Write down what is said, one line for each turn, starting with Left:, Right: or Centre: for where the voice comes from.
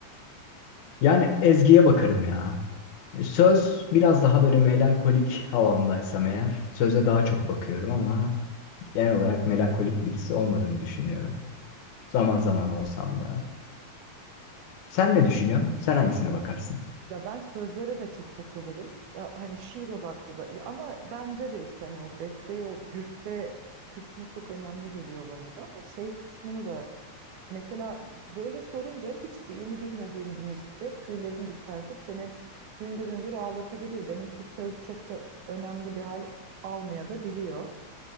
Left: Yani ezgiye bakarım ya. Söz biraz daha böyle melankolik havamdaysam eğer söze daha çok bakıyorum ama genel olarak melankolik birisi olmadığımı düşünüyorum. Zaman
Right: Hı.
Left: zaman olsam da. Sen ne düşünüyorsun? Sen hangisine bakarsın?
Right: Ya ben sözlere de çok takılırım. Ya hani şiir odaklı da. Ya ama bence de işte hani o besteye, o güfte kısmı çok önemli geliyor bana da. Ama şey kısmını da mesela böyle sorunca hiç dilini bilmediğin bir müzikte tüylerini ürpertip seni hüngür hüngür ağlatabiliyor. Demek ki söz çok da önemli bir hal almaya da biliyor.